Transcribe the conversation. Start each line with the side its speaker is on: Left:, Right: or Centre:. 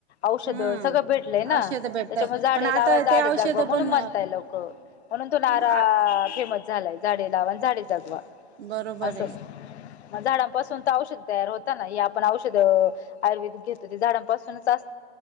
Left: औषध
Right: हम्म
Left: सगळं भेटलंय ना?
Right: औषध भेटतात
Left: त्याच्यामुळे, झाडे
Right: पण आता
Left: लावा झाडे
Right: ते औषध
Left: जगवा म्हणून
Right: पण
Left: म्हणताय लोक. म्हणून तो नारा-
Right: हम्म
Left: फेमस- झालाय झाडे लावा आणि झाडे जगवा
Right: बरोबर
Left: असं
Right: आहे
Left: झाडांपासून तर औषध तयार होता ना? हे आपण औषध आयुर्वेदिक घेतो ते झाडांपासूनच अस